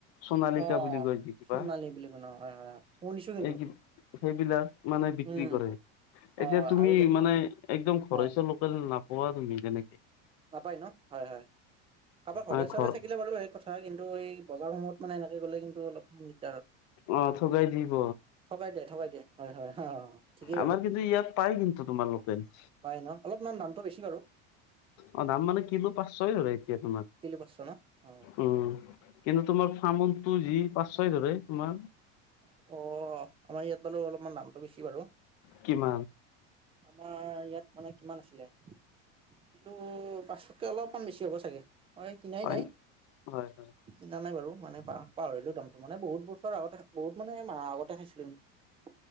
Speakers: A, on the left; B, on the right.
A: সোনালিকাপ
B: অ
A: বুলি কয় কিবা।
B: সোণালী বুলি কয় ন হয় হয় হয় শুনিছো কিন্তু
A: এই সেইবিলাক মানে বিক্ৰী
B: উম
A: কৰে।
B: অ
A: এতিয়া তুমি
B: আৰু
A: মানে একদম খৰচৰ
B: হয়
A: লোকেল নাপোৱা তুমি তেনেকে।
B: নাপায় ন হয় হয়। কাৰোবাৰ
A: মানে
B: ঘৰে -চৰে
A: ঘৰ
B: থাকিলে বাৰু সেই কথা কিন্তু এই বজাৰ সমূয়ত মানে এনেকে গ'লে কিন্তু অলপ দিগদাৰ।
A: অ ঠগাই দিব।
B: ঠগাই দিয়ে, ঠগাই দিয়ে, হয় হয়। ঠিকেই বাৰু
A: আমাৰ কিন্তু ইয়াত পাই কিন্তু তোমাৰ লোকেল।
B: পাই ন অলপমান দামটো বেছি বাৰু।
A: অ দাম মানে কিলো পাঁচ ছয় হয় এতিয়া তোমাৰ।
B: কিলো পাঁচশ ন অ
A: উ কিন্তু তোমাৰ ফাৰ্মটো যি পাঁচ ছয় ধৰে তোমাৰ।
B: অ আমাৰ ইয়াত বোলো অলপমান দামটো বেছি বাৰু।
A: কিমান?
B: আমাৰ ইয়াত মানে কিমান আছিলে কিন্তু পাঁচশকে অলপমান বেছি হ'ব চাগে অ কিনাই
A: হয়
B: নাই
A: হয় হয়
B: কিনা নাই বাৰু মানে পাহৰিলো দামটো মানে বহুত বছৰ আগতে বহুত মানে মা আগতে খাইছিলো কিন্তু